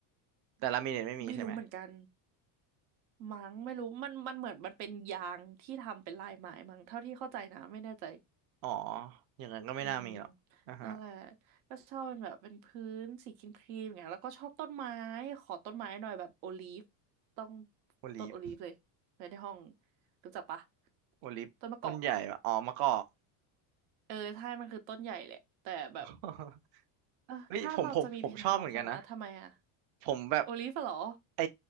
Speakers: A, on the right; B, on the right.
A: แต่ลามิเนตไม่มีใช่ไหม
B: ไม่รู้เหมือนกันมั้งไม่รู้มันมันเหมือนมันเป็นยางที่ทำเป็นลายไม้มั้งเท่าที่เข้าใจนะไม่แน่ใจ
A: อ๋ออย่างนั้นก็ไม่น่ามีหรอกอ่าฮะ
B: อืมนั่นแหละก็ชอบเป็นแบบเป็นพื้นสีครีมครีมอย่างเงี้ยแล้วก็ชอบต้นไม้ขอต้นไม้หน่อยแบบโอลีฟต้อง
A: โอลิฟ
B: ต้นโอลีฟเลยเลยในห้องรู้จักปะ
A: โอลิฟต้นใหญ่ปะอ๋อมะกอก
B: ต้นมะกอกเออใช่มันคือต้นใหญ่แหละแต่แบบ
A: <laughs>
B: เออถ้าเราจะมีเพนท์เฮาส์นะทำไมอะ
A: เฮ้ยผมผมผมชอบเหมือนกันนะผมแบบ
B: โอลีฟอะเหรอ
A: ไอ